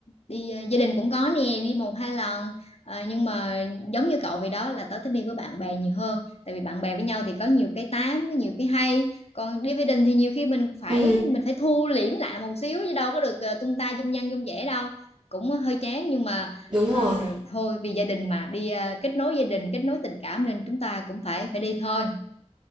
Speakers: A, on the left; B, on the right.
A: đi ờ, gia đình cũng có nè đi một hai lần Ờ, nhưng mà giống như cậu vậy đó là tớ thích đi với bạn bè nhiều hơn tại vì bạn bè với nhau thì có nhiều cái tám có nhiều cái hay còn đi với đình thì nhiều khi mình phải
B: Ừ,
A: mình phải thu liễm lại một xíu chứ đâu có được ờ, tung ta dung dăng dung dẻ đâu cũng hơi chán nhưng mà
B: đúng
A: ờ,
B: rồi.
A: thôi vì gia đình mà đi ờ, kết nối gia đình kết nối tình cảm nên chúng ta cũng phải phải đi thôi